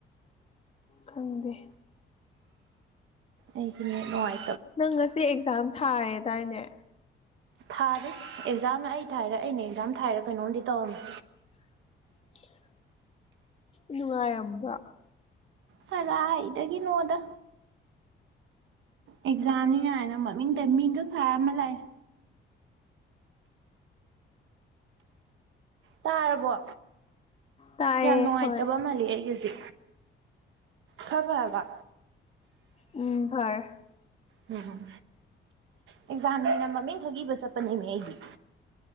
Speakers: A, on the left (about 30°); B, on the right (about 75°).
A: ꯈꯪꯗꯦ
B: ꯑꯩꯒꯤ ꯅꯦꯠ ꯅꯨꯡꯉꯥꯏ
A: ꯅꯪ ꯉꯁꯤ ꯑꯦꯛꯖꯥꯝ ꯊꯥꯏꯌꯦꯗꯥꯏꯅꯦ
B: ꯊꯥꯔꯤ ꯑꯦꯛꯖꯥꯝꯅ ꯑꯩ ꯊꯥꯏꯔ ꯑꯩꯅ ꯑꯦꯛꯖꯥꯝ ꯊꯥꯏꯔ ꯀꯩꯅꯣꯝꯗꯤ ꯇꯧꯔꯝꯃꯤ
A: <inaudible> ꯅꯨꯡꯉꯥꯏꯔꯝꯕꯔ
B: ꯀꯔꯥꯏꯗꯒꯤꯅꯣꯗ ꯑꯦꯛꯖꯥꯝꯅꯤ ꯀꯥꯏꯅ ꯃꯃꯤꯡꯗ ꯃꯤꯡꯈꯛ ꯊꯥꯔꯝꯃ ꯂꯥꯛꯑꯦ ꯇꯥꯔꯕꯣ
A: ꯇꯥꯏꯌꯦ
B: ꯌꯥꯝ ꯅꯨꯡꯉꯥꯏꯇꯕ
A: ꯍꯣꯏ
B: ꯃꯥꯜꯂꯤ ꯑꯩꯒꯤꯖꯤ ꯈꯔ ꯐꯔꯕ
A: ꯎꯝ ꯐꯔꯦ
B: ꯎꯝ ꯑꯦꯛꯖꯥꯝꯅꯦꯅ ꯃꯃꯤꯡꯈꯛ ꯏꯕ ꯆꯠꯄꯅꯦꯃꯤ ꯑꯩꯗꯤ